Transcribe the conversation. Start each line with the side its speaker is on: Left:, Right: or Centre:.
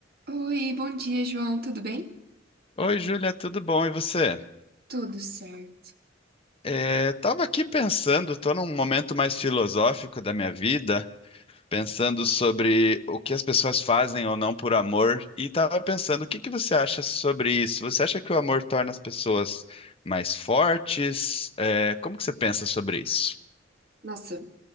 Right: Oi, bom dia, João. Tudo bem?
Left: Oi, Júlia, tudo bom? E você?
Right: Tudo certo.
Left: É, tava aqui pensando, tô num momento mais filosófico da minha vida, pensando sobre o que as pessoas fazem ou não por amor, e tava pensando, o que que você acha sobre isso? Você acha que o amor torna as pessoas mais fortes? É, como que você pensa sobre isso?
Right: Nossa,